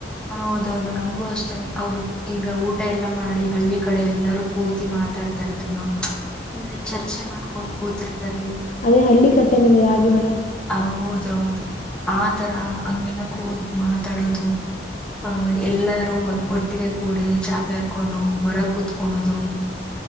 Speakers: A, in the centre; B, on the left.
A: ಹ ಹೌದೌದು ನಂಗಗೂ ಅಷ್ಟತೇನೆ ಅವ್ರ ಈಗ ಊಟ ಎಲ್ಲಾ ಮಾಡಿ ಹಳ್ಳಿ ಕಡೆ ಎಲ್ಲಾರೂ ಕೂತಿ ಮಾತಾಡ್ತಾ ಇರ್ತಾರೆ ನೋಡಿ ಅಂದ್ರೆ ಚರ್ಚೆ ಮಾಡ್ಕೊಂಡ್ ಕೂತಿರ್ತಾರೆ
B: ಅದೇ ಹಳ್ಳಿ ಕಟ್ಟೆ ಮೇಲೆ ರಾಗಿ ಮರ
A: ಆ ಹೌದು ಆ ತರ ಹಂಗೆಲ್ಲ ಕೂತ್ ಮಾತಾಡೋದು ಆಹ ಎಲ್ಲಾರೂ ಒಟ್ಟಿಗೆ ಕೂಡಿ ಚಾಪೆ ಹಾಕೊಂಡು ಬರ ಕುೂತ್ಕೋಣದು